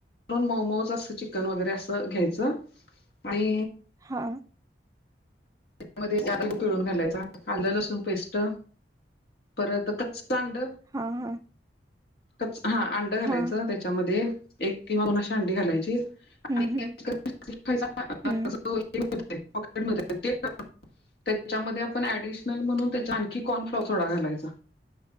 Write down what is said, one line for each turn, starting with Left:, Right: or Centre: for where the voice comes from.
Left: मऊ मऊचं अस चिकन वगैरे असं घ्यायचं. आणि,
Right: हा..
Left: मध्ये लिंबू पिळून घालायचा, आलं लसुन पेस्ट परत कच्च अंड.
Right: हा हा.
Left: क हा अंड घालायचं
Right: हा
Left: त्याच्यामध्ये, एक किंवा दोन अशी अंडी घालायची.
Right: हम्म
Left: <unintelligible>
Right: हम्म हम्म
Left: त्याच्यामध्ये आपण ऍडिशनल म्हणून त्याच्या आणखी कॉर्नफ्लॉवर थोडा घालायचा.